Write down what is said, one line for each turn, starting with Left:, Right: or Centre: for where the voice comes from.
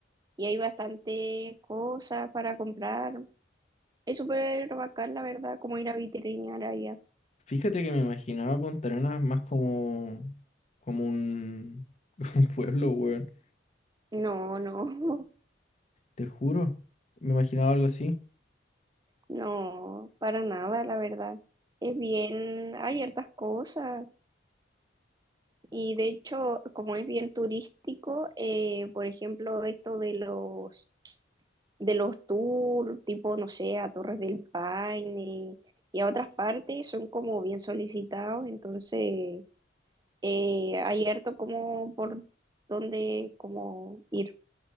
Right: y hay bastantes cosas para comprar. Es súper bacán, la verdad, como ir a vitrinear allá.
Left: Fíjate que me imaginaba Punta Arenas más como, como un, <laughs> un pueblo, weón.
Right: No, no,
Left: Te juro. Me imaginaba algo así.
Right: <laughs> no, para nada, la verdad. Es bien, hay hartas cosas. Y de hecho, como es bien turístico, eh, por ejemplo, esto de los de los tours, tipo, no sé, a Torres del Paine y a otras partes, son como bien solicitados, entonces eh, hay harto como por dónde como ir.